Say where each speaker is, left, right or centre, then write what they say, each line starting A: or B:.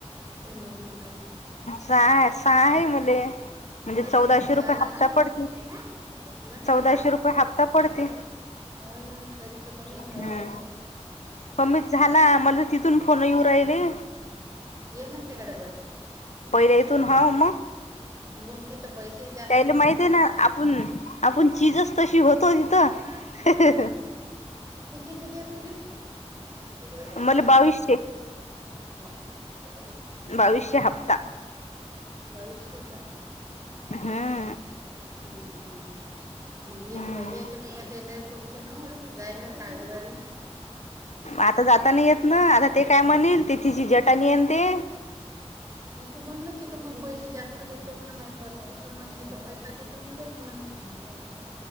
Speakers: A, on the right (about 30°); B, on the left (about 80°).
A: हम्म, हम्म.
B: सहा आहे सहा आहे मले.
A: तरी
B: चौदाशे
A: कमी झालंना,
B: रुपये हप्ता
A: शाळेत
B: पडते
A: गेली नाही ना मग आ
B: चौदाशे रुपये हप्ता पडते
A: नाही. हो ना, तरी तर कमीच
B: हम्म
A: हाय.
B: कमीच झाला मला तिथून फोन येऊ राहिले.
A: ये म्हणते काय डबल.
B: पहिला इथून ह मग.
A: मग तिथं पैसे जास्त
B: त्याला
A: होते
B: माहित आहे ना आपूण, आपूण चीजच तशी होतं. तो
A: हो ना
B: तिथं.
A: हो ना ती किती दे तुला. <unintelligible>
B: मला बावीसशे
A: हा,
B: बावीसशे हप्ता
A: बावीशे होता का,
B: हा.
A: हम्म हम्. मग ये
B: हम्म
A: याच्या पेक्षा ते लय पुर तेन्व जायला काय उरून रायल.
B: आता जाताना येत ना, आता ते काय म्हणेल ते तिची जटानी येन ते.
A: मग तु म्हना तिथं मला पैसे जास्त भेटते. म्हमा परिस्थिती मग तिथ पैसा तिथं, मी जैणार.